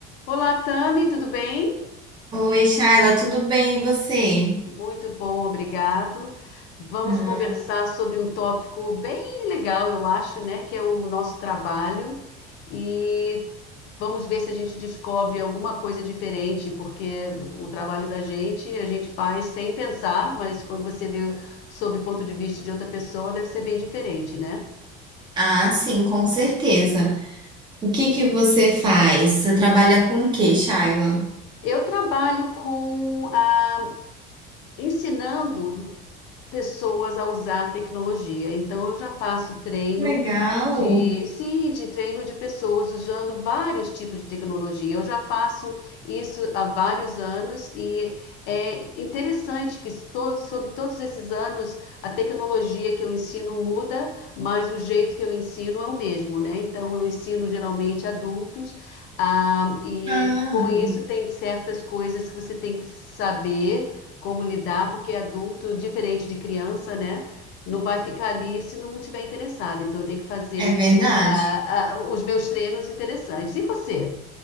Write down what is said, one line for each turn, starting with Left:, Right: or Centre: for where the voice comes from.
Left: Olá, Tami, tudo bem?
Right: Oi, Shaila, tudo bem? E você?
Left: Muito bom, obrigado. Vamos
Right: Ah,
Left: conversar sobre um tópico bem legal, eu acho, né? Que é o nosso trabalho. E vamos ver se a gente descobre alguma coisa diferente, porque o trabalho da gente a gente faz sem pensar, mas quando você vê sob o ponto de vista de outra pessoa, deve ser bem diferente, né?
Right: ah, sim, com certeza. O que que você faz? Você trabalha com o quê, Shaila?
Left: Eu trabalho com a, ensinando pessoas a usar a tecnologia. Então, eu já faço treino
Right: Legal.
Left: de, sim, de treino de pessoas usando vários tipos de tecnologia. Eu já faço isso há vários anos e é interessante que todo, sobre todos esses anos a tecnologia que eu ensino muda, mas o jeito que eu ensino é o mesmo, né? Então, eu ensino geralmente adultos, ah, e
Right: Ah,
Left: com isso tem certas coisas que você tem que saber como lidar, porque adulto, diferente de criança, né? Não vai ficar ali se não tiver interessado. Então, eu tenho que fazer
Right: é verdade.
Left: ah, ah, os meus treinos interessantes. E você?